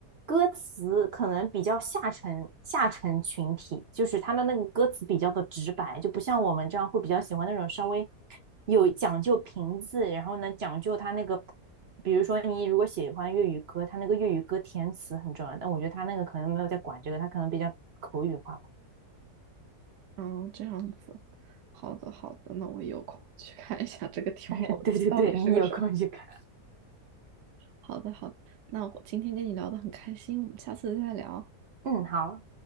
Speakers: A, on the right (about 50°); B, on the right (about 85°).
A: 歌词可能比较下沉，下沉群体，就是他的那个歌词比较的直白，就不像我们这样会比较喜欢那种稍微有讲究平字，然后呢讲究他那个，比如说你如果喜欢粤语歌，他那个粤语歌填词很重要，但我觉得他那个可能没有在管这个，他可能比较口语化吧。
B: 嗯，这样子，好的好的，那我有空去看一下这个跳楼机到底是个什么。
A: <laughs> 对对对，你有空去看。
B: 好的好的，那我今天跟你聊得很开心，我们下次再聊。
A: 嗯，好，